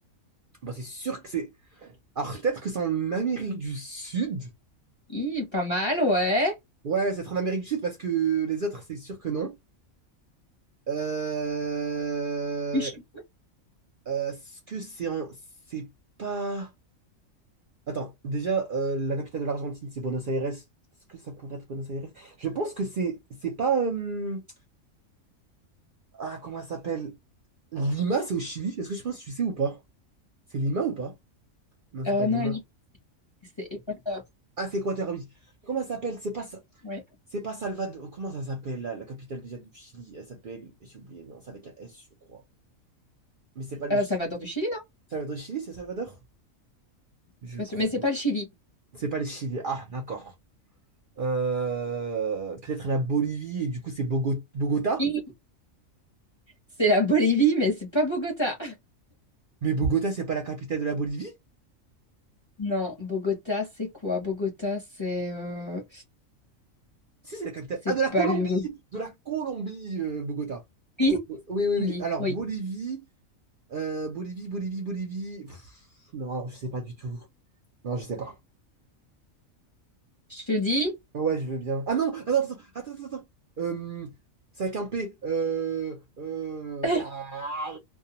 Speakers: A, on the right; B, on the left.
A: Bah, c'est sûr que c'est. Alors, peut-être que c'est en Amérique du Sud.
B: Hi, pas mal, ouais.
A: Ouais, c'est en Amérique du Sud parce que les autres, c'est sûr que non. Euh...
B: Ichi-
A: euh, Est-ce que c'est en. C'est pas. Attends, déjà, euh, la capitale de l'Argentine, c'est Buenos Aires. Est-ce que ça pourrait être Buenos Aires? Je pense que c'est c'est pas. euh, Ah, comment ça s'appelle? Lima, c'est au Chili. Est-ce que je pense que tu sais ou pas? C'est Lima ou pas? Non, c'est
B: Euh,
A: pas Lima.
B: non, l'I- c'est Équateur.
A: Ah, c'est Quaterby. Comment ça s'appelle? C'est pas, ça-
B: Ouais.
A: c'est pas Salvador. Comment ça s'appelle, la, la capitale déjà du Chili? Elle s'appelle, j'ai oublié, non, c'est avec un S, je crois. Mais c'est pas le
B: Euh,
A: Chili.
B: Salvador du Chili, non?
A: Salvador Chili, c'est Salvador?
B: Je
A: Je
B: suis pas
A: crois.
B: sûre. Mais c'est pas le Chili.
A: C'est pas le Chili. Ah, d'accord. Euh, peut-être la Bolivie, et du coup, c'est Bogo- Bogota?
B: Hi, C'est la Bolivie, mais c'est pas Bogota.
A: Mais Bogota, c'est pas la capitale de la Bolivie?
B: Non, Bogota, c'est quoi? Bogota, c'est euh,
A: Si, c'est la capitale.
B: c'est
A: Ah, de la Colombie!
B: pas l'Uruguay.
A: De la Colombie, euh, Bogota.
B: Oui,
A: Oui, oui,
B: Zambie.
A: oui. Alors,
B: Oui,
A: Bolivie, euh, Bolivie, Bolivie, Bolivie. Pff, non, alors, je sais pas du tout. Non, je sais pas.
B: je te dis,
A: Ouais, je veux bien. Ah non, attends, attends, attends, attends. attends. Euh, c'est avec un P. Euh, euh,
B: <laughs>
A: ah,